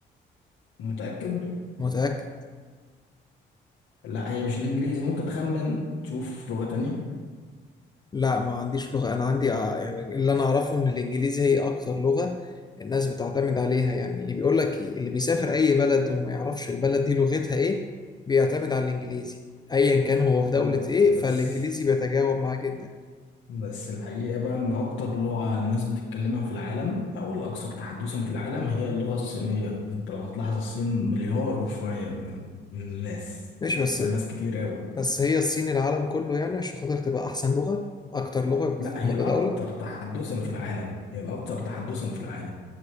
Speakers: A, on the left (about 80°); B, on the left (about 20°).
A: متأكد
B: متأكد
A: لا هي مش الانجليزي ممكن تخمن تشوف لغة تانية
B: لا ما عنديش لغة أنا عندي آه، يعني اللي أنا أعرفه إن الإنجليزي هي أكتر لغة الناس بتعتمد عليها يعني اللي بيقول لك إيه، اللي بيسافر أي بلد وما يعرفش البلد دي لغتها إيه بيعتمد على الإنجليزي أيا كان هو في دولة
A: لا
B: إيه فالإنجليزي
A: بس
B: بيتجاوب معاه جدا
A: بس الحقيقة بقى إن أكتر لغة الناس بتتكلمها في العالم أو الأكثر تحدثا في العالم هي اللغة الصينية أنت لو هتلاحظ الصين مليار وشوية من من الناس
B: ماشي
A: يعني
B: بس
A: فيها ناس كتير أوي
B: بس هي الصين العالم كله يعني عشان خاطر تبقى أحسن لغة أكتر لغة بتستخدم
A: لا هي
B: متداولة
A: الأكثر تحدثا في العالم هي الأكثر تحدثا في العالم